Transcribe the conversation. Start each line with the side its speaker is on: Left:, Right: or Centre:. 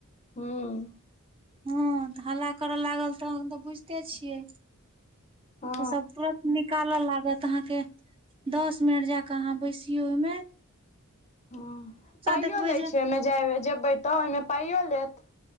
Left: हूं-
Right: हँत हल्ला कर लागल तहन त बुइझते छियै।
Left: हँ
Right: ओ सब तुरत निक- काल लागत अहाँके, दस मिनट जाके अहाँ बैसिऔ ओइमे,
Left: हं। पाइयो
Right: देखबै
Left: लै
Right: जे
Left: छै ओइमे जाइ, ब- जेबै त ओइमे पाइयो लेत?